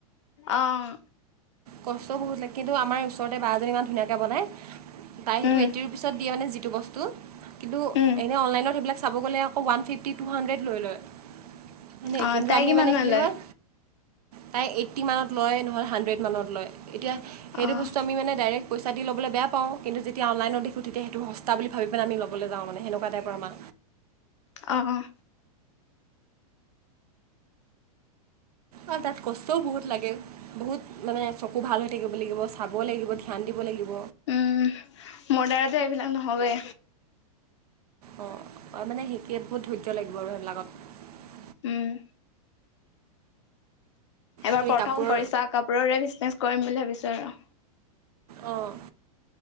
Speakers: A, on the left; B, on the right.
A: অ',
B: কষ্ট বহুত লাগে। কিন্তু আমাৰ ওচৰতে বা জনী ইমান ধুনীয়াকে বনায়। তাই সেইটো
A: উম,
B: এইটি ৰুপিচত দিয়ে মানে যিটো বস্তু। কিন্তু
A: উম,
B: এনে অনলাইনত সেবিলাক চাব গ'লে আকৌ ওৱান ফিফটি, টু হাণ্ড্ৰেড লৈ লয়। মানে
A: অ',
B: কিন্তু
A: তাই
B: আমি
A: কিমান
B: মানে
A: মান
B: কি
A: লয়?
B: হয় তাই এইটী মানত লয় নহয় হান্দ্ৰেড মানত লয়। এতিয়া সেইটো
A: অ',
B: বস্তু আমি মানে ডাইৰেক্ট পইচা দি ল'বলে বেয়া পাওঁ। কিন্তু যেতিয়া অনলাইনত দেখো তেতিয়া সেইটো সস্তা বুলি ভাবি পেলাই আমি ল'বলে যাও মানে সেনেকুৱা টাইপৰ আমা।
A: অহ অঃ।
B: অ তাত কষ্টও বহুত লাগে বহুত মানে চকু ভাল হৈ থাকিব লাগিব। চাব লাগিব, ধ্যান দিব লাগিব।
A: উম মোৰ দ্বাৰাটো এইবিলাক নহবই।
B: অ আৰু মানে সেকে বহুত ধৈৰ্য লাগিব আৰু সেইবিলাকত।
A: উম। এবাৰ
B: তুমি
A: প্ৰথম
B: কাপোৰ
A: কৰিছা। কাপোৰৰে বিচনেছ কৰিম বুলি ভাবিছো আৰু।
B: অঁ